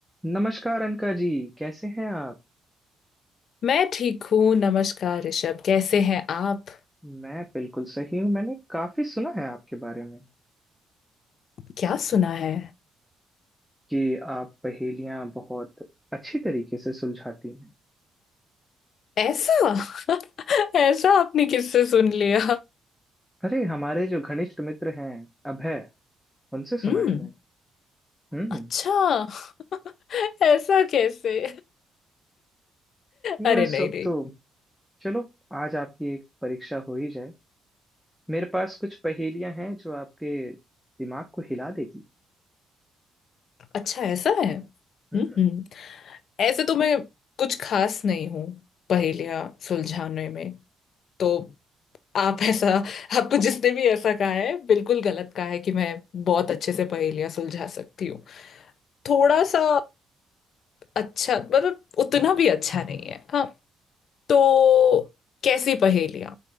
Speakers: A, in the centre; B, on the left.
A: नमस्कार अनका जी कैसे हैं आप
B: मैं ठीक हूँ नमस्कार ऋषभ कैसे हैं आप
A: मैं बिल्कुल सही हूँ मैंने काफी सुना है आपके बारे में
B: क्या सुना है
A: कि आप पहेलियां बहुत अच्छी तरीके से सुलझाती हैं
B: ऐसा <laughs> ऐसा आपने किससे सुन लिया
A: अरे हमारे जो घनिष्ठ मित्र हैं अभय उनसे सुना
B: हम्म
A: है मैंने हम्म
B: अच्छा <laughs> ऐसा कैसे
A: मैं
B: अरे नहीं
A: सब
B: नहीं
A: तो चलो आज आपकी एक परीक्षा हो ही जाए मेरे पास कुछ पहेलियां हैं जो आपके दिमाग को हिला देगी
B: अच्छा ऐसा है हम्म
A: हम्म
B: हम्म। ऐसे तो मैं कुछ खास नहीं हूँ पहेलियाँ सुलझाने में तो आप ऐसा आपको जिसने भी ऐसा कहा है बिल्कुल गलत कहा है कि मैं बहुत अच्छे से पहेलियाँ सुलझा सकती हूँ थोड़ा सा अच्छा मतलब उतना भी अच्छा नहीं है हाँ, तो कैसी पहेलियां